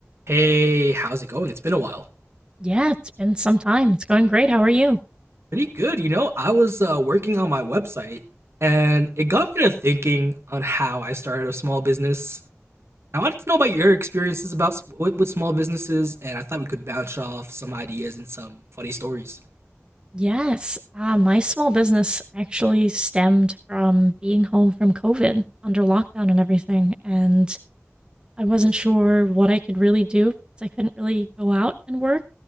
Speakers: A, on the right (about 60°); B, on the right (about 20°).
A: Hey, how's it going? It's been a while.
B: Yeah, it's been some time. It's going great. How are you?
A: Pretty good, you know. I was uh, working on my website and it got me to thinking on how I started a small business. I wanted to know about your experiences about s- with, with small businesses and I thought we could bounce off some ideas and some funny stories.
B: Yes, uh, my small business actually stemmed from being home from COVID under lockdown and everything. And I wasn't sure what I could really do because I couldn't really go out and work,